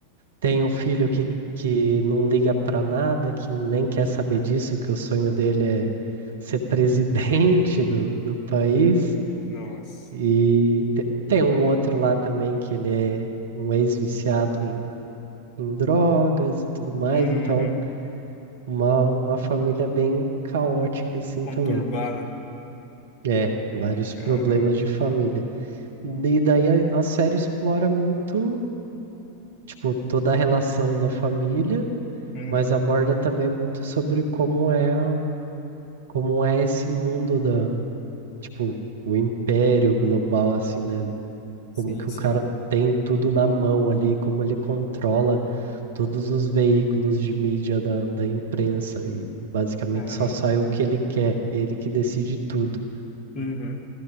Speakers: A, on the right (about 65°); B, on the left (about 35°).
A: tem o filho que, que não liga pra nada, que nem quer saber disso, que o sonho dele é ser presidente do, do país,
B: Nossa.
A: e te- tem um outro lá também que ele é um ex-viciado em, em drogas e tudo mais,
B: Uhum.
A: então. Uma, uma família bem caótica, assim,
B: Conturbada.
A: também. É, vários
B: Caramba.
A: problemas de família. E daí a, a série explora muito, tipo, toda a relação da família,
B: Uhum.
A: mas aborda também muito sobre como é, a- como é esse mundo da, tipo, o império global, assim, né?
B: Sim,
A: Como que
B: sim.
A: o cara tem tudo na mão ali, como ele controla todos os veículos de mídia da, da imprensa e basicamente
B: Caramba.
A: só sai o que ele quer, ele que decide tudo.
B: Uhum.